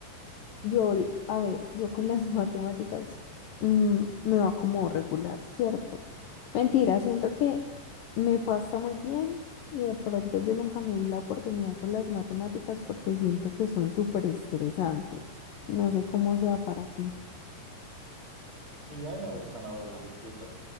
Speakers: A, on the left; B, on the right.
A: yo, l- a ver, yo con las <laughs> matemáticas mm, me va como regular, ¿cierto? Mentira, siento que me fue hasta muy bien y de pronto yo nunca me di la oportunidad con las matemáticas porque siento que son súper estresantes. No sé cómo sea para ti.
B: Y a mí me gustan, la verdad, las disfruto.